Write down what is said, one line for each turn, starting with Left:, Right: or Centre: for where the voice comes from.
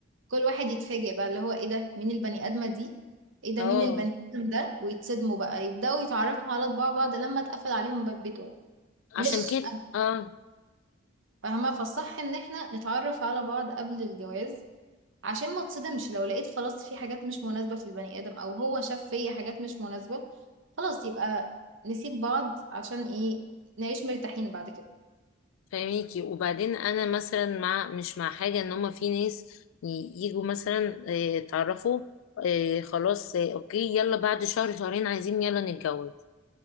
Right: كل واحد يتفاجئ بقى اللي هو ايه ده مين البني آدمة دي ايه ده
Left: اه
Right: مين البني آدم ده ويتصدموا بقى يبدأوا يتعرفوا على طباع بعض لما اتقفل عليهم باب بيت واحد
Left: عشان
Right: مش
Left: كده اه
Right: فاهمة فالصح ان احنا نتعرف على بعض قبل الجواز عشان ما تصدمش لو لقيت خلاص في حاجات مش مناسبة في البني ادم او هو شاف فيا حاجات مش مناسبة خلاص يبقى نسيب بعض عشان ايه نعيش مرتاحين بعد كده
Left: فاهميكي وبعدين انا مثلا مع مش مع حاجه ان هما في ناس ي- يجوا مثلا آه، اتعرفوا آه، خلاص آه، اوكي يلا بعد شهر شهرين عايزين يلا نتجوز